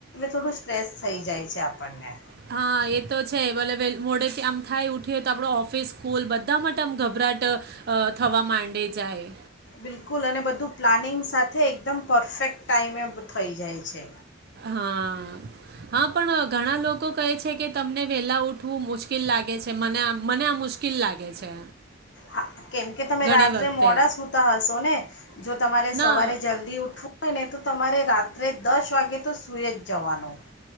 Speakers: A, on the left; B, on the right.
A: થોડું સ્ટ્રેસ થઈ જાય છે, આપણને
B: હા, એ તો છે અવેલેબલ મોડેથી આમ થાય ઉઠીએ તો આપડે ઓફિસ સ્કૂલ બધા માટે આમ ગભરાટ થવા માંડી જાય
A: બિલકુલ અને બધું પ્લાનિંગ સાથે એકદમ પરફેક્ટ ટાઈમે થઈ જાય છે
B: હા, હા, પણ ઘણા લોકો કહે છે કે તમને વેલા ઉઠવું મુશ્કેલ લાગે છે, મને મને આ મુશ્કેિલ લાગે છે
A: હા, કેમ કે તમે
B: ઘણી
A: રાત્રે
B: વખતે
A: મોડા સુતા હશો ને જો તમારે
B: ના
A: સવારે જલ્દી ઉઠવું હોય ને તો તમારે રાત્રે દસ વાગે તો સુઈ જ જવાનો